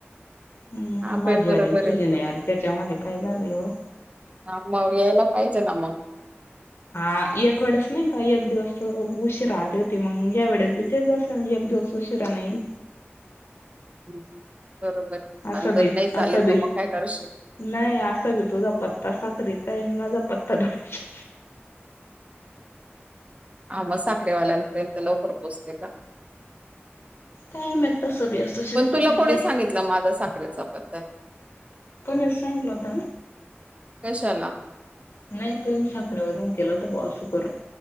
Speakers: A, on the left; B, on the right.
A: हम्
B: हा
A: माझी
B: बाई बरोबर
A: आली सजने
B: आहे.
A: आली, त्याच्यामध्ये काय झालं एवढं.
B: ह मग यायला पाहिजे ना मग.
A: हा एक वेळेस नाही, का एक दिवस उशी राहली होते, मग या वेळेस बी- तेच असल म्हणजे एकद उशीिरा येईल.
B: हम् बरोबर आहे
A: असं
B: आणि जर
A: बी
B: नाही, चालेल
A: असं बी
B: तर मग काय करू शक-
A: नाही असं भी तुझा पत्ता साखरीचा आहे, माझा पत्ता डो्या-
B: हा मग साखरेवाल्यांपर्यंत लवकर पोचते का.
A: कायम तसं ब असू
B: पण
A: शकत
B: तुला
A: काय
B: कोणी
A: ते.
B: सांगितलं माझा साखरेचा पत्ता हे.
A: कोणी सांगलं होता.
B: कशाला.
A: नाही तु साखरवरून केलं तर ब असं करून